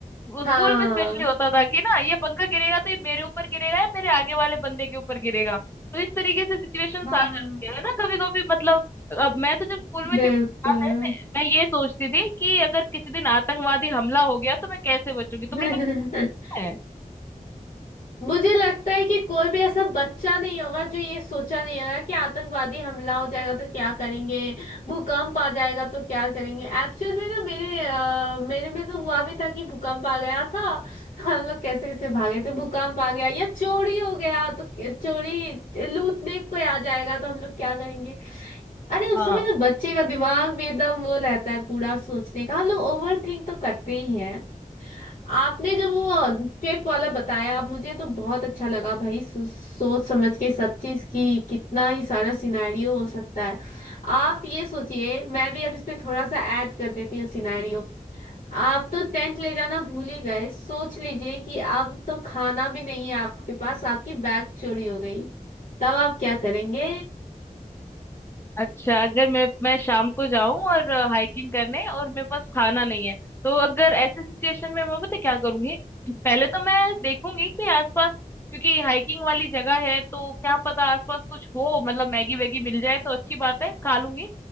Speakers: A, on the left; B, on the left.
A: वो
B: हाँ
A: स्कूल में स्पेशली होता था कि ना ये पंखा गिरेगा तो ये मेरे ऊपर गिरेगा या मेरे आगे वाले बंदे के ऊपर गिरेगा तो इस तरीके से सिचुएशंस
B: हाँ
A: आ जाती है ना कभी कभी मतलब अब मैं तो जब स्कूल में
B: बिल्कुल
A: थी मुझे याद है मैं मैं ये सोचती थी कि अगर किसी दिन आतंकवादी हमला हो गया तो मैं कैसे बचूंगी तुमने
B: <laughs>
A: कभी है
B: मुझे लगता है कि कोई भी ऐसा बच्चा नहीं होगा जो ये सोचा नहीं होगा कि आतंकवादी हमला हो जाएगा तो क्या करेंगे भूकंप आ जाएगा तो क्या करेंगे एक्चुअल में ना मेरे अ, मेरे में तो हुआ भी था कि भूकंप आ गया था तो हम लोग कैसे कैसे भागे थे भूकंप आ गया या चोरी हो गया तो क्या- चोरी लूटने कोई आ जाएगा तो हम लोग क्या करेंगे अरे उस
A: हाँ
B: समय ना बच्चे का दिमाग भी एकदम वो रहता है पूरा सोचने का हम लोग ओवर थिंक तो करते ही हैं आपने जो वो ट्रिप वाला बताया मुझे तो बहुत अच्छा लगा भाई सो, सोच समझ के सब चीज की कितना ही सारा सिनेरियो हो सकता है आप ये सोचिए मैं भी अब इस पे थोड़ा सा ऐड कर देती हूँ सिनेरियो आप तो टेंट ले जाना भूल ही गए सोच लीजिए कि अब तो खाना भी नहीं है आपके पास आपकी बैग चोरी हो गई तब आप क्या करेंगे
A: अच्छा अगर मैं मैं शाम को जाऊं और हाइकिंग करने और मेरे पास खाना नहीं है तो अगर ऐसे सिचुएशन में मैं पता है क्या करूंगी पहले तो मैं देखूंगी कि आसपास क्योंकि हाइकिंग वाली जगह है तो क्या पता आसपास कुछ हो मतलब मैगी वैगी मिल जाए तो अच्छी बात है खा लूंगी